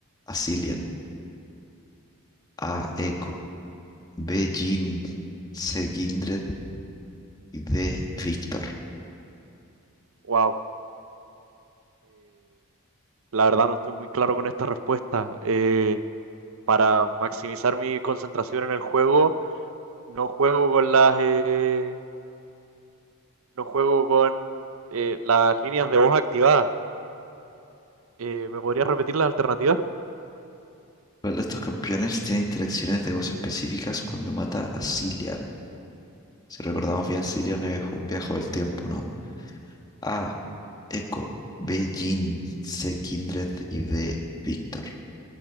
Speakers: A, on the left; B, on the right.
A: a Cillian? A. Echo, B. Jin, C. Kindred y D. Victor.
B: Wow. La verdad no estoy muy claro con esta respuesta. Eh, para maximizar mi concentración en el juego, no juego con las eh, no juego con eh, las líneas de voz activadas. Eh, ¿me podrías repetir las alternativas?
A: ¿Cuál de estos campeones tiene interacciones de voz específicas cuando mata a Cillian? Si recordamos bien, Cillian es un viaje del tiempo, ¿no? A. Echo. B. Jin. C. Kindred. Y D. Víctor.